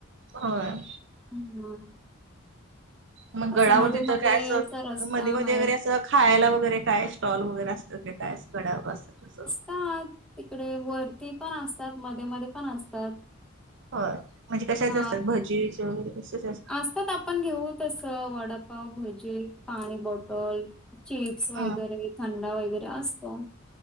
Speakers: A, on the right; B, in the centre.
A: होय.
B: ह
A: मग गडावर
B: असं मध्ये
A: तिथं
B: मध्ये
A: काय असं
B: असा रस्ता
A: मध्ये मध्ये
B: आहे
A: वगैरे असं. खायला वगैरे काय स्टॉल वगैरे असतात काय गड्यावर असत तस.
B: तात तिकडे वरती पण असतात मध्ये मध्ये पण असतात.
A: हो म्हणजे कशाचे
B: हा.
A: असतात भजी, शेव, वैगरे असेच.
B: असतात आपण घेऊ तसं वडापाव भजी पाणी बॉटल.. चिप्स वगैरे
A: हं
B: थंडा वगैरे असतो.